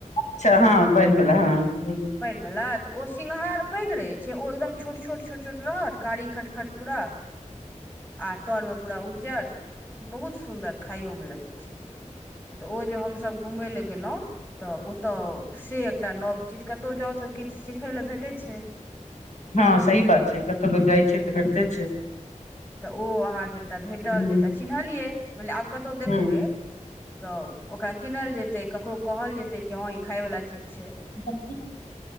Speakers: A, on the left; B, on the left.
A: अच्छा हँ पनिवाला हँ
B: पनि वला त ओ सिंघार पैघ रहे छै ओ एकदम छोट छोट छोट छोट रहत कारी खटखट पूरा आ तर में पूरा उज्जर बहुत सुंदर खाइयो में लगे छै तऽ ओ जे हमसभ घूमय लए गेलहुँ तऽ ओतय से एकटा नव चीज कतहु जाउ तऽ किछु सिखय लेल भेटैत छै
A: हँ सही बात छै कतहु लोक जाइ छै तऽ भेटते छै
B: तऽ ओ अहाँके एकटा भेटल
A: ह
B: जे एकटा चिन्हलियै मान लि आब कतअउ देखबै
A: हूँ
B: तऽ ओकरा कीनल जेतै ककरो कहल जेतै कि हँ ई खायवला चीज छै
A: <inaudible>